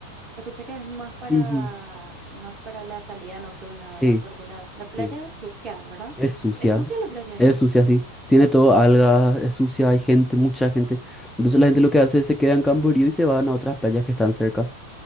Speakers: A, on the right (about 30°); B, in the centre.
A: escuché que es más para,
B: Ujú.
A: más para la salida nocturna,
B: Sí,
A: ¿verdad? Porque la, la
B: sí.
A: playa es sucia, ¿verdad?
B: Es sucia,
A: ¿Es es sucia la playa
B: es
A: ahí?
B: sucia, sí. Tiene todo algas, es sucia, hay gente, mucha gente. Entonces la gente lo que hace es se queda en Camboriú y se van a otras playas que están cercas,